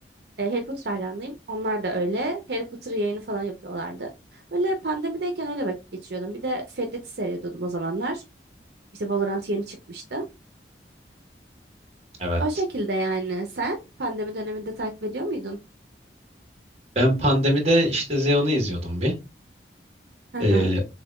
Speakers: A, on the right; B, on the right.
A: E, Harry Potter hayranıyım. Onlar da öyle. Harry Potter yayını falan yapıyorlardı. Öyle pandemideyken öyle vakit geçiriyordum. Bir de Ferit'i seyrediyordum o zamanlar. İşte Valorant yeni çıkmıştı.
B: Evet.
A: O şekilde yani. Sen pandemi döneminde takip ediyor muydun?
B: Ben pandemide işte Zeon'u izliyordum bir.
A: Hı
B: Ee,
A: hı.